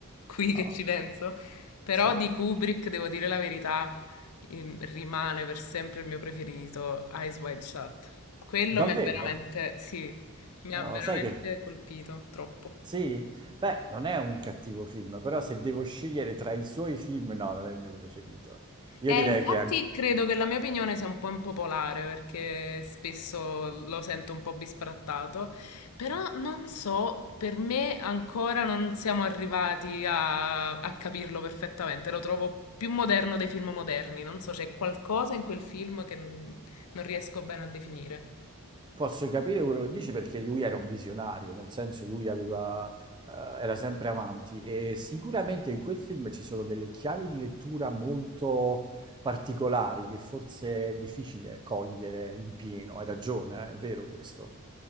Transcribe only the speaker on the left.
qui che
ci penso. Però
di Kubrick, devo dire la verità, il- rimane per sempre il mio preferito, Eyes Wide Shut. Quello
mi ha veramente, sì, mi
ha veramente
colpito troppo.
E
infatti
credo che la mia opinione sia un po' impopolare perché spesso lo sento un po' bisfrattato, però non so, per me ancora non siamo arrivati a, a capirlo perfettamente, lo trovo più moderno dei film moderni, non so, c'è qualcosa in quel film che n- non riesco bene a definire.